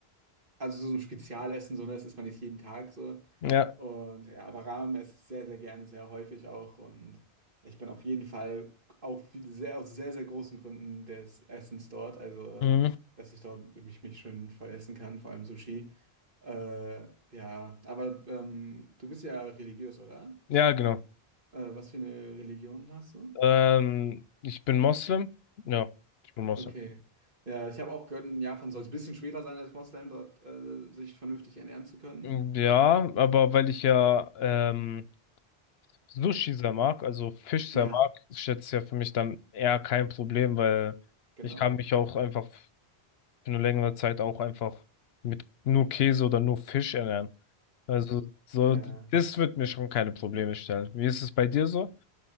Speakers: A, on the right (about 55°); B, on the left (about 70°).
A: also so ein Spezialessen, so, ne? Das isst man nicht jeden Tag so.
B: Ja,
A: Und ja, aber Ramen esse ich sehr, sehr gerne, sehr häufig auch. Und ich bin auf jeden Fall auch viel- sehr, aus sehr, sehr großen Gründen des Essens dort. Also,
B: mhm.
A: dass ich dort mich, mich schön voll essen kann, vor allem Sushi. Äh, ja, aber ähm, du bist ja religiös, oder?
B: Ja, genau.
A: Äh, was für eine Religion hast du?
B: Ähm, ich bin Moslem. Ja, ich bin Moslem.
A: Okay. Ja, ich habe auch gehört, in Japan soll es ein bisschen schwerer sein als Moslem, dort äh, sich vernünftig ernähren zu können.
B: Ja, aber weil ich ja ähm, Sushi sehr mag, also Fisch sehr
A: Ja,
B: mag, ist jetzt ja für mich dann eher kein Problem, weil
A: genau.
B: ich kann mich auch einfach für eine längere Zeit auch einfach mit nur Käse oder nur Fisch ernähren. Also so,
A: Ja.
B: das wird mir schon keine Probleme stellen. Wie ist es bei dir so?